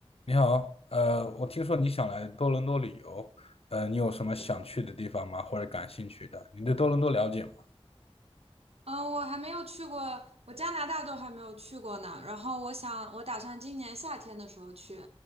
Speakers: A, on the left; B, on the right.
A: 你好，呃，我听说你想来多伦多旅游，呃，你有什么想去的地方吗？或者感兴趣的？你对多伦多了解吗？
B: 嗯，我还没有去过，我加拿大都还没有去过呢。然后我想，我打算今年夏天的时候去。